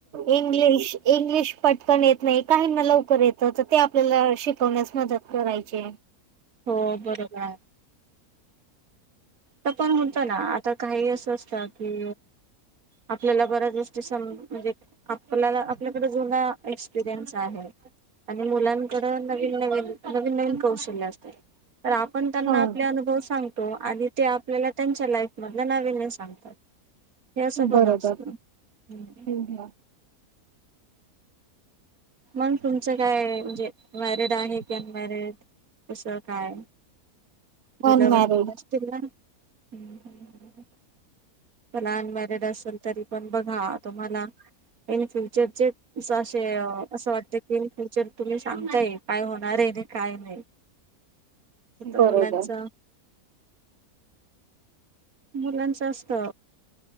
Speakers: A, on the right; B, on the right.
A: एक इंग्लिश पटकन येत नाही, काहींना लवकर येत तर ते आपल्याला शिकवण्यास मदत कर करायचे.
B: हो, बरोबर आहे. तर पण होत ना, आता काही असं असत कि आपल्याला बऱ्याच गोष्टी सम- म्हणजे आपल्याला आपल्याकडे जुना एक्सपिरियन्स आहे आणि मुलांकड नवीन नवीन नवीन नवीन कौशल्य असतात. तर आपण त्यांना
A: हो
B: आपले अनुभव सांगतो आणि ते आपल्याला त्यांच्या लाईफमधला नविनेस सांगतात. हे असं पण
A: बरोबर
B: असतं हम.
A: हम्म.
B: मग तुमचं काय म्हणजे, मॅरिड आहे कि अनमॅरिड? कसं काय मुलं
A: अनमॅरिड
B: वगैरे असतील ना? ह ह ह. पण अनमॅरिड असल तरी पण बघा तुम्हाला इन फ्युचर जे असे असं वाटते की फ्युचर तुम्ही सांगताय काय होणार आहे आणि काय नाही. हित
A: बरोबर
B: मुलांच. मुलांचं असत.